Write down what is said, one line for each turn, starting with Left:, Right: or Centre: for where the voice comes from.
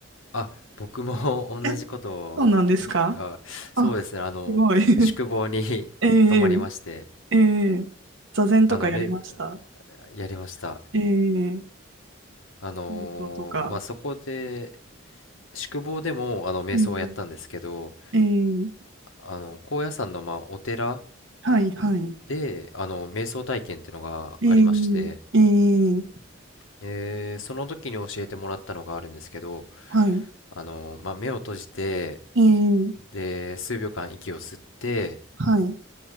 Left: あ、僕も <laughs> 同じことを、
Right: え、そうなんですか
Left: あ、そうですね、
Right: あ、
Left: あの、
Right: すごい。<laughs>
Left: 宿坊に
Right: ええ
Left: <laughs> 泊まりまして、
Right: ええ座禅とかやりました。
Left: あの、め、やりました。
Right: ええ
Left: あのーまあ、
Right: 瞑想とか。
Left: そこで、宿坊でも、あの、瞑想はやったんですけど、
Right: ええええ
Left: あの、高野山の、まあ、お寺
Right: はいはい。
Left: で、あの、瞑想体験ってのがありまして、
Right: ええええ
Left: えーその時に教えてもらったのがあるんですけど、
Right: はい。
Left: あの、まあ、目を閉じて、
Right: ええ
Left: で、数秒間息を吸って、
Right: はい。